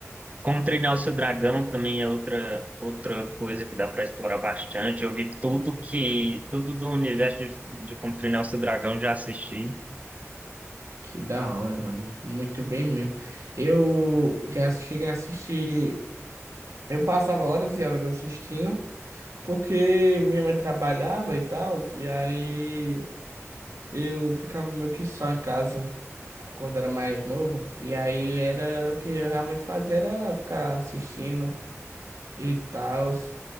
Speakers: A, on the right; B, on the right.
A: Como treinar o seu dragão também é outra, outra coisa que dá para explorar bastante. Eu vi tudo que, tudo do universo de, de como treinar o seu dragão, já assisti.
B: Que da hora, mano. Muito bem mesmo. Eu já cheguei a assistir. Eu passava horas e horas assistindo, porque minha mãe trabalhava e tal, e aí eu ficava meio que só em casa quando
A: Uhum.
B: era mais novo. E aí era o que eu realmente fazia, era ficar assistindo e tal.